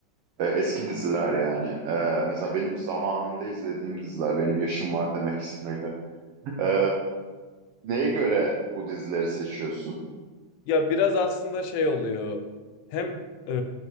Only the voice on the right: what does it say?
Ee, eski diziler yani. Ee, mesela benim zamanında izlediğim diziler. Benim yaşım var demek ki sana göre. <laughs> Ee, neye göre bu dizileri seçiyorsun?